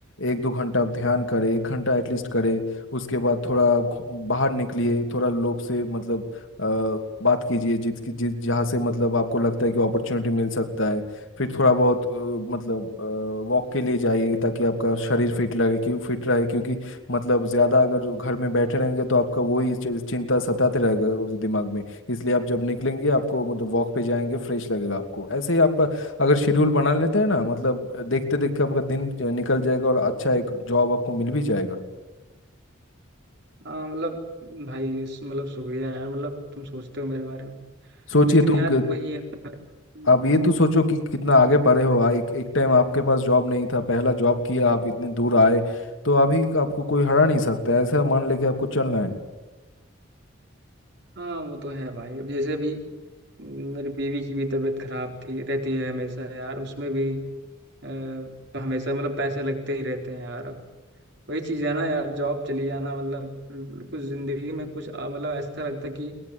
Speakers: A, on the left; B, on the right.
A: एक दो घंटा आप ध्यान करें एक घंटा एटलीस्ट करें उसके बाद थोड़ा घू- बाहर निकलिए थोड़ा लोग से मतलब अ, बात कीजिए जिस जिस जहाँ से मतलब आपको लगता है कि अपॉर्चुनिटी मिल सकता है फिर थोड़ा बहुत अ, मतलब वॉक के लिए जाइए ताकि आपका शरीर फिट लगे क्यों फिट रहे क्योंकि मतलब ज्यादा अगर घर में बैठे रहेंगे तो आपका वही चि- चिंता सताते रहेगा उस दिमाग में इसलिए आप जब निकलेंगे आपको मतलब वॉक पे जाएंगे फ्रेश लगेगा आपको ऐसे ही आप अगर शेड्यूल बना लेते हैं ना मतलब देखते देखते आपका दिन ज- निकल जाएगा और अच्छा एक जॉब आपको मिल भी जाएगा
B: हाँ मतलब भाई इस- मतलब शुक्रिया यार मतलब तुम सोचते हो मेरे बारे में
A: सोचिए
B: लेकिन
A: तुम
B: यार
A: कि-
B: वही है ना भाई। हम्म,
A: आप ये तो सोचो कि कितना आगे बढ़े हो आ- एक एक टाइम आपके पास जॉब नहीं था पहला जॉब किया आप इतनी दूर आए तो अभी आपको कोई हरा नहीं सकता ऐसा मान लेके आपको चलना है
B: हाँ वो तो है भाई अब जैसे भी हम्म, मेरी बीवी की भी तबीयत खराब थी रहती है हमेशा यार उसमें भी अ, तो हमेशा मतलब पैसे लगते ही रहते हैं यार अब वही चीज है ना यार जॉब चली जाना मतलब कुछ जिंदगी में कुछ आ, मतलब ऐसा लगता है कि